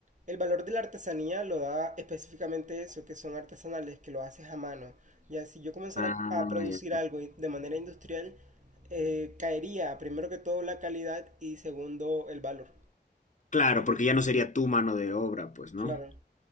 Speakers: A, on the right; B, on the left.
A: el valor de la artesanía lo da específicamente eso, que son artesanales, que lo haces a mano. Ya si yo comenzara
B: Ah,
A: a, a producir
B: ya.
A: algo in- de manera industrial, eh, caería primero que todo la calidad y segundo el valor.
B: Claro, porque ya no sería tu mano de obra, pues, ¿no?
A: Claro.